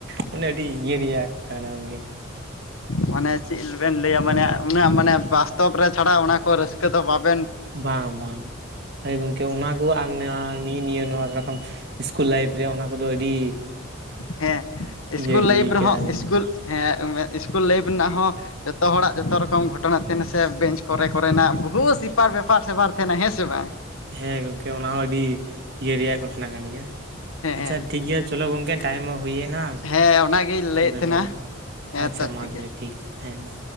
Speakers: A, on the right; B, on the left.
A: ᱢᱟᱱᱮ ᱟᱹᱰᱤ ᱤᱭᱟᱹ ᱨᱮᱭᱟᱜ ᱠᱟᱛᱷᱟ ᱠᱟᱱᱟ ᱜᱚᱝᱠᱮ᱾
B: ᱢᱟᱱᱮ ᱪᱤᱜ ᱞᱮ‌ ᱵᱮᱱ ᱞᱟᱹᱭᱟ ᱢᱟᱱᱮ ᱩᱱᱟᱹᱜ ᱢᱟᱱᱮ ᱵᱟᱥᱛᱚᱵᱽ ᱨᱮ ᱪᱷᱟᱲᱟ ᱚᱱᱟ ᱠᱚ ᱨᱟᱹᱥᱠᱟᱹ ᱫᱚ ᱵᱟᱵᱮᱱᱼᱼ
A: ᱵᱟᱝ ᱵᱟᱝ ᱦᱳᱭ ᱜᱚᱝᱠᱮ ᱚᱱᱟ ᱠᱚ ᱟᱨ ᱱᱟᱶᱟ ᱱᱤᱭᱟᱹ ᱱᱤᱭᱟᱹ ᱱᱚᱣᱟ ᱥᱟᱜ ᱠᱟᱢᱼᱼ ᱤᱥᱠᱩᱞ ᱞᱟᱭᱤᱯᱷ ᱨᱮ ᱚᱱᱟ ᱠᱚᱫᱚ ᱟᱹᱰᱤ
B: ᱦᱮᱸ ᱤᱥᱠᱩᱞ
A: ᱤᱭᱟᱹ ᱜᱮ
B: ᱞᱟᱭᱤᱯᱷ
A: ᱤᱭᱠᱟᱹᱜ-ᱟ
B: ᱨᱮᱦᱚᱸ
A: ᱜᱚᱝᱠᱮ᱾
B: ᱤᱥᱠᱩᱞ ᱦᱮᱸ ᱢᱮᱜ ᱤᱥᱠᱩᱞ ᱞᱟᱭᱤᱯᱷ ᱨᱮᱱᱟᱜ ᱦᱚᱸ ᱡᱚᱛᱚ ᱦᱚᱲᱟᱜ ᱡᱚᱛᱚ ᱨᱚᱠᱚᱢ ᱜᱷᱚᱴᱚᱱᱟ ᱛᱟᱦᱮᱱᱟ ᱥᱮ ᱵᱮᱧᱪ ᱠᱚᱨᱮ ᱠᱚᱨᱮᱱᱟᱜ ᱵᱚᱦᱩᱛ ᱥᱮᱯᱟᱨ ᱵᱮᱯᱟᱨ ᱥᱮᱯᱟᱨ ᱛᱟᱦᱮᱱᱟ ᱦᱮᱸ ᱥᱮ ᱵᱟᱝ?
A: ᱦᱮᱸ ᱜᱚᱝᱠᱮ ᱚᱱᱟ ᱦᱚᱸ ᱟᱹᱰᱤ ᱤᱭᱟᱹ ᱨᱮᱭᱟᱜ ᱜᱷᱚᱴᱚᱱᱟ ᱠᱟᱱ ᱜᱮᱭᱟ
B: ᱦᱮᱸ
A: ᱟᱪᱷᱟ ᱴᱷᱤᱠ ᱜᱮᱭᱟ ᱪᱚᱞᱚ ᱜᱚᱝᱠᱮ ᱴᱟᱭᱤᱢ ᱦᱚᱸ ᱦᱩᱭ ᱮᱱᱟ
B: ᱦᱮᱸ ᱚᱱᱟᱜᱤᱧ ᱞᱟᱹᱭᱮᱫ
A: ᱯᱚᱨᱮ
B: ᱛᱟᱦᱮᱱᱟ
A: ᱵᱟᱨ ᱱᱟᱜ
B: ᱦᱮᱸ
A: ᱟᱪᱷᱟ
B: ᱛᱚ
A: ᱢᱟ ᱛᱟᱞᱮ
B: ᱜᱮᱭᱟ
A: ᱴᱷᱤᱠ ᱦᱮᱸᱢᱟ᱾